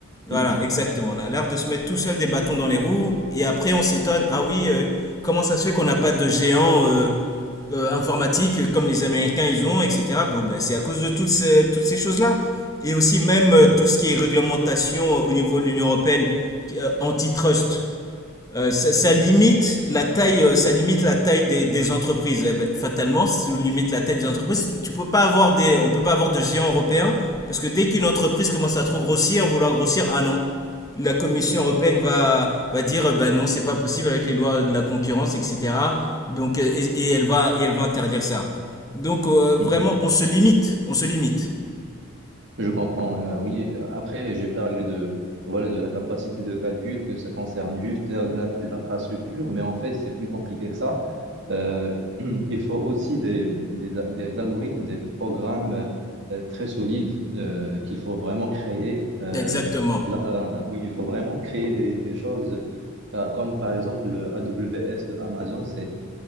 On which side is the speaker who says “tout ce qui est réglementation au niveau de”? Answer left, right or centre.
Left